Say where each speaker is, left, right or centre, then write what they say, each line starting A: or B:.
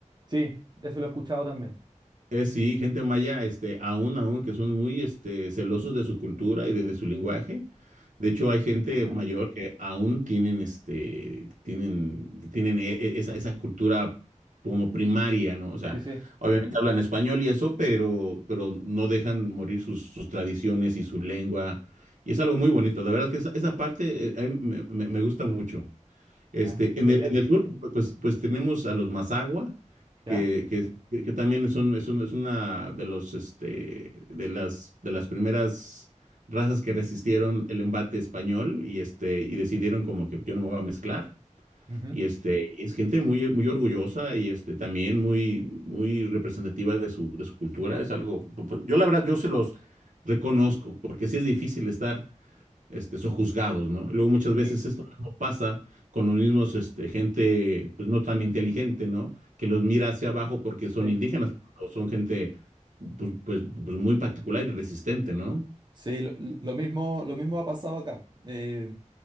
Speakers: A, on the right; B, on the right.
A: Sí, eso lo he escuchado también.
B: Eh, sí, gente maya, este, aún, aún, que son muy, este, celosos de su cultura y de, de su lenguaje. De hecho, hay gente
A: Ajá.
B: mayor que aún tienen, este, tienen, tienen e- e- esa, esa cultura como primaria, ¿no? O sea,
A: Sí, sí.
B: obviamente hablan español y eso, pero, pero no dejan morir sus, sus tradiciones y su lengua. Y es algo muy bonito. De verdad que esa, esa parte, eh, a mí me me- me gusta mucho. Este,
A: Ah,
B: en
A: genial.
B: el, en el sur, pues, pues tenemos a los Mazagua,
A: ¿Ya?
B: que, que, es- que- que también son, es, un- es una de los, este, de las, de las primeras razas que resistieron el embate español y, este, y decidieron como que yo no me voy a mezclar.
A: Ujú.
B: Y este, y es gente muy, muy orgullosa y este, también muy, muy representativa de su, de su cultura. Es algo, pu- pu- yo la verdad, yo se los reconozco, porque sí es difícil estar este, son juzgados, ¿no? Luego muchas
A: Sí.
B: veces esto mismo pasa con los mismos, este, gente, pues no tan inteligente, ¿no? Que los mira hacia abajo porque son
A: Sí,
B: indígenas, o son gente, pues, pues, pues muy particular y resistente, ¿no?
A: Sí, lo, lo mismo, lo mismo ha pasado acá. Eh,